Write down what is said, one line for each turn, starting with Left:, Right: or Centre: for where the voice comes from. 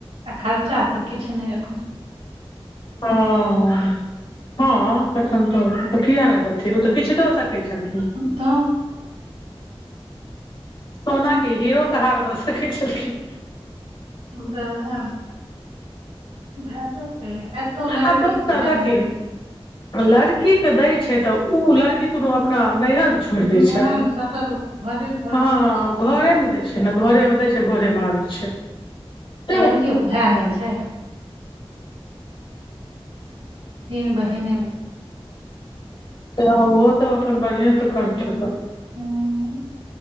Right: आ खर्चा तऽ किछु नहि एखन
Left: ह हँ तखन तऽ तऽ किया ने देथिन ओ तऽ किछु दऽ सकैत छलखिन
Right: तऽ
Left: सोना के हीरोके हार दऽ सके छलखिन
Right: बै ओहेमे भेबै कयले एतौ लड़कीके
Left: आ दोसर
Right: भाए
Left: देखिन
Right: नै छै
Left: लड़की के दै छै तऽ ओ लड़की कोनो अपना नहियर छोड़
Right: ह
Left: दै छै
Right: ओएह ने सबके तऽ घरे घरे
Left: हँ
Right: जाइ छै
Left: घरे मे दै छै ने घरे मे दै छै घरे मे आबै छै हँ
Right: आ लड़कियो के भाय नहि छै तीन बहिने
Left: तऽ ओहो सब अपन बढ़िएं सऽ करतै
Right: हम्म, हम्म,